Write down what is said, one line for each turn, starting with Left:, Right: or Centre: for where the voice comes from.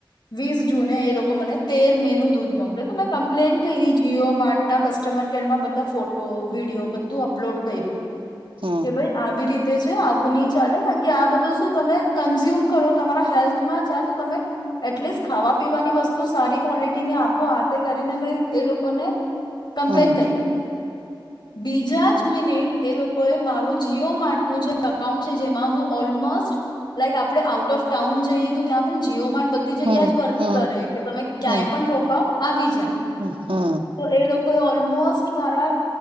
Left: વીસ જૂને એ લોકો મને તેર મે નું દૂધ મોકલે તો મેં કમ્પ્લેન કરી જીઓ માટે ના કસ્ટમર કેર માં બધા ફોટો વિડીયો બધું અપલોડ કર્યું
Right: હમ
Left: કે ભાઈ આવી રીતે છે આવું નહી ચાલે કારણ કે આ બધું શું તમે કન્ઝ્યુમ કરો તમારા હેલ્થમાં જાય તો તમે એટલીસ્ટ ખાવા પીવાની વસ્તુ સારી ક્વોલિટીને આપો આ તે કરીને મેં એ લોકોને કંપ્લેન્ટ
Right: હમ
Left: કઈરી
Right: <inaudible>
Left: બીજા જ મિનિટ એ લોકો એ મારું જીઓ માર્ટનું જે અકાઉન્ટ છે જેમાં હું ઓલમોસ્ટ લાઈક આપણે આઉટ ઓફ ટાઉન જઈએ તો ત્યાં પણ જીઓ માર્ ક્યા
Right: હમ
Left: જ વર્ક
Right: હમ
Left: કરે કે તમે ક્યાંય
Right: હમ
Left: પણ રોકાવ આવી જાય
Right: હમ હમ
Left: તો એ લોકોએ ઓલમોસ્ટ મારા